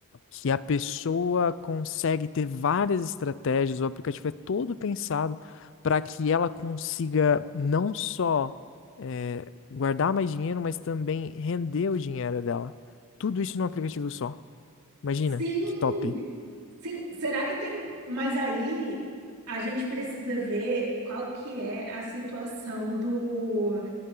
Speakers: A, on the left (about 55°); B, on the right (about 90°).
A: que a pessoa consegue ter várias estratégias, o aplicativo é todo pensado para que ela consiga não só eh, guardar mais dinheiro, mas também render o dinheiro dela. Tudo isso num aplicativo só. Imagina,
B: Sim,
A: que top.
B: Sim, será que tem? Mas aí a gente precisa ver qual que é a situação do